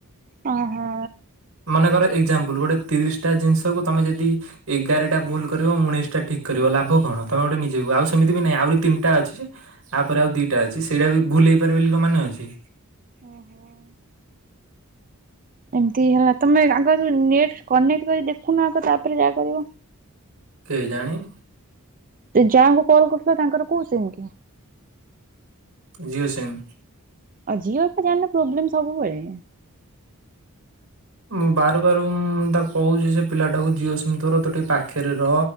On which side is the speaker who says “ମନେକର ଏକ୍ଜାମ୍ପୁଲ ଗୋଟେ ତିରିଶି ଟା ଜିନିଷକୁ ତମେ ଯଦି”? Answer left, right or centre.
Right